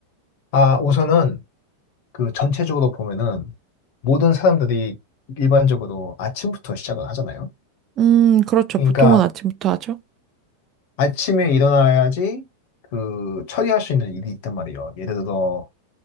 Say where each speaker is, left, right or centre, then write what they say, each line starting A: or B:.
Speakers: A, on the left (about 50°); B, on the right (about 30°).
A: 아, 우선은 그 전체적으로 보면은 모든 사람들이 일반적으로 아침부터 시작을 하잖아요.
B: 음, 그렇죠.
A: 그러니까
B: 보통은 아침부터 하죠.
A: 아침에 일어나야지 그 처리할 수 있는 일이 있단 말이에요. 예를 들어